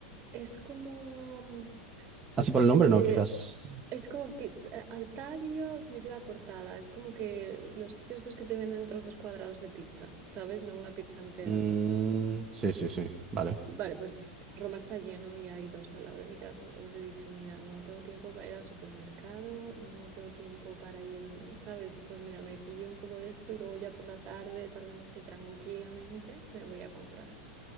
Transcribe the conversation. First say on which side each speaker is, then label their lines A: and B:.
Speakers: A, on the right; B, on the right.
A: es como
B: así por el nombre,
A: Eh,
B: no, quizás.
A: es como pizza eh, al taglio significa cortada. Es como que los sitios estos que te venden trozos cuadrados de pizza, ¿sabes? No una pizza entera.
B: Mm, sí, sí, sí, vale.
A: Vale, pues Roma está lleno y hay dos al lado de mi casa, entonces he dicho, mira, no tengo tiempo para ir al supermercado, no tengo tiempo para ir, mm, ¿sabes? Pues mira, me pillo un poco de esto y luego ya por la tarde, tarde-noche, tranquilamente me voy a comprar.